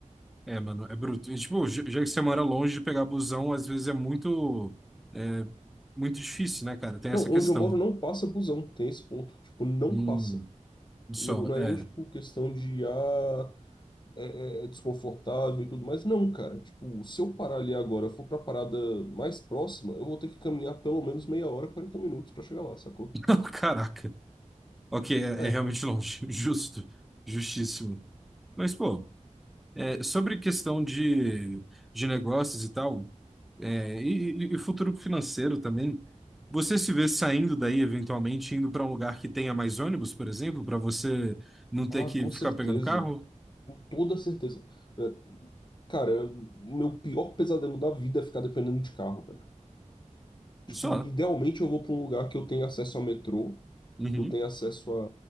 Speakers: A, in the centre; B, on the left (about 35°).
A: É, mano, é bruto. E, tipo, já já que você mora longe de pegar busão, às vezes é muito, é, muito difícil, né, cara? Tem
B: Não,
A: essa questão.
B: onde eu moro não passa busão, tem esse ponto. Tipo, não
A: Hum,
B: passa.
A: só,
B: Não, não
A: é.
B: é nem, tipo, questão de, ah, é, é é desconfortável e tudo mais. Não, cara. Tipo, se eu parar ali agora, eu for pra parada mais próxima, eu vou ter que caminhar pelo menos meia hora, 40 minutos pra chegar lá, sacou?
A: <laughs> Não, Caraca. Ok, é,
B: É.
A: é realmente longe. <laughs> Justo. Justíssimo. Mas, pô, é, sobre questão de, de negócios e tal, é, e, e- e futuro financeiro também, você se vê saindo daí, eventualmente, indo para um lugar que tenha mais ônibus, por exemplo, para você não ter
B: Ah,
A: que
B: com
A: ficar
B: certeza.
A: pegando carro?
B: Com toda certeza. É, cara, o meu pior pesadelo da vida é ficar dependendo de carro, velho. Tipo,
A: Só.
B: idealmente eu vou pra um lugar que eu tenha acesso a metrô,
A: Uhum.
B: que eu tenha acesso a,